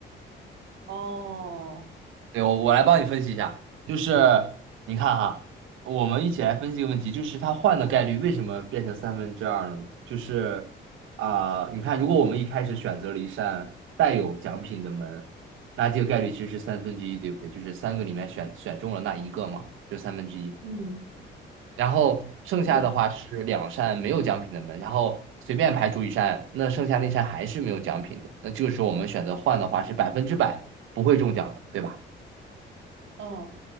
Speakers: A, on the right; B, on the right.
A: 哦，
B: 对，我我来帮你分析一下，就是你看哈，我们一起来分析一个问题，就是它换的概率为什么变成三分之二了呢？就是啊、你看，如果我们一开始选择了一扇带有奖品的门，那这个概率其实是三分之一，对不对？就是三个里面选选中了那一个嘛，就三分之一。
A: 嗯，
B: 然后剩下的话是两扇没有奖品的门，
A: 是，
B: 然后随便排除一扇，那剩下那扇还是没有奖品的。那这个时候我们选择换的话是百分之百不会中奖的，对吧？
A: 哦，